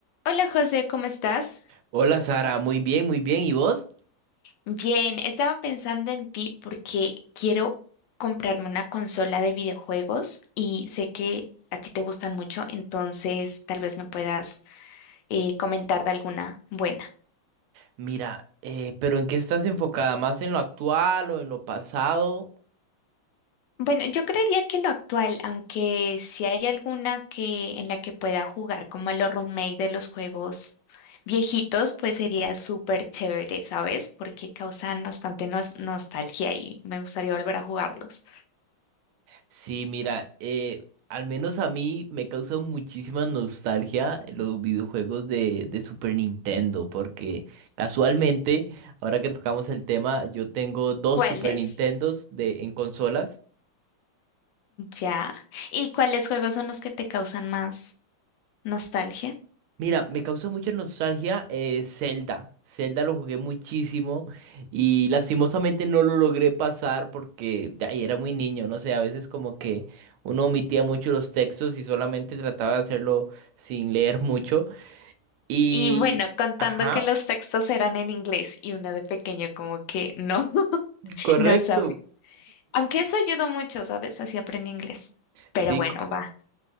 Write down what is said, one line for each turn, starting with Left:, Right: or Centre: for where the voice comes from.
Left: Hola José, ¿cómo estás?
Right: Hola Sara, muy bien, muy bien. ¿Y vos?
Left: Bien, estaba pensando en ti porque quiero comprarme una consola de videojuegos y sé que a ti te gustan mucho, entonces tal vez me puedas eh, comentar de alguna buena.
Right: Mira, eh, pero ¿en qué estás enfocada? ¿Más en lo actual o en lo pasado?
Left: Bueno, yo creería que lo actual, aunque si hay alguna que en la que pueda jugar como a los remake de los juegos viejitos, pues sería súper chévere, ¿sabes? Porque causan bastante nos- nostalgia y me gustaría volver a jugarlos.
Right: Sí, mira, eh, al menos a mí me causa muchísima nostalgia los videojuegos de, de Super Nintendo, porque casualmente, ahora que tocamos el tema, yo tengo dos
Left: ¿Cuáles?
Right: Super Nintendos de, en consolas.
Left: Ya. ¿Y cuáles juegos son los que te causan más nostalgia?
Right: Mira, me causó mucha nostalgia eh, Zelda. Zelda lo jugué muchísimo y lastimosamente no lo logré pasar porque ay, era muy niño, no sé, a veces como que uno omitía mucho los textos y solamente trataba de hacerlo sin leer <laughs> mucho. Y...
Left: Y bueno, contando
Right: Ajá,
Left: que los textos eran en inglés y uno de pequeño como que no, <laughs>
Right: correcto.
Left: no sabía. Aunque eso ayudó mucho, ¿sabes? Así aprendí inglés. Pero
Right: Sí.
Left: bueno,
Right: cu-
Left: va.